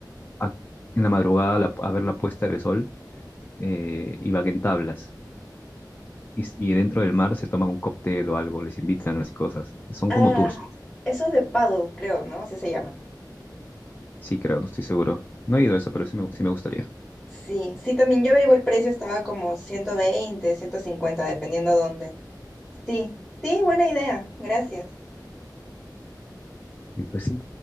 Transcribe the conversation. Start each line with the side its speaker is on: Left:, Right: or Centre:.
Left: a- en la madrugada a, la- a ver la puesta del sol eh, y van en tablas Y, s- y dentro del mar se toman un cóctel o algo, les invitan así cosas. Son
Centre: Ah,
Left: como tours.
Centre: eso es de paddle, creo, ¿no? Así se llama.
Left: Sí, creo, no estoy seguro. No he ido a eso, pero sí me, sí me gustaría.
Centre: Sí, sí, también yo averigué el precio, estaba como ciento veinte, ciento cincuenta, dependiendo dónde. Sí, sí, buena idea, gracias.
Left: Y pues sí.